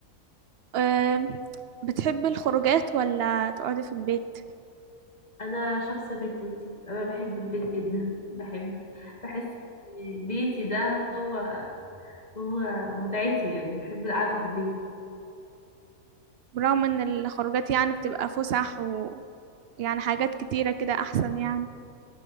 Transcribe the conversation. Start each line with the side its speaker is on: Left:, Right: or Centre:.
Right: أم، بتحب الخروجات ولا تقعدي في البيت
Left: انا شخص بيتوتي انا بحب البيت جدا <laughs> بحب بحس إن بيتي ده هو هو متعتي يعني بحب القعدة في البيت
Right: برغم ان الخروجات يعني بتبقى فسح ويعني حاجات كتيرة كده احسن يعني